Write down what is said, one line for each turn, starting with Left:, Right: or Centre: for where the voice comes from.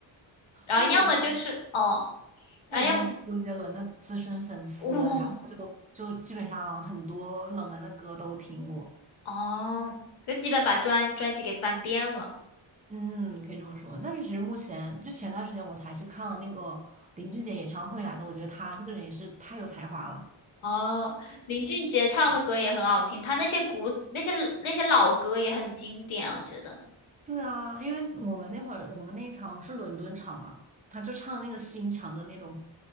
Left: 然后要么就是哦，
Right: 因为我有，因
Left: 然后要么
Right: 为我朋友是周杰伦的资深粉丝，
Left: 哦
Right: 然后就就基本上很多冷门的歌都听过。
Left: 哦，就基本把专专辑给翻遍了。
Right: 嗯，可以这么说。但是其实目前就前段时间我才去看了那个林俊杰演唱会来着，我觉得他这个人也是太有才华了。
Left: 哦，林俊杰唱的歌也很好听，他那些古那些那些老歌也很经典，我觉得。
Right: 对啊，因为我们那会儿我们那一场是伦敦场嘛，他就唱那个新墙的那种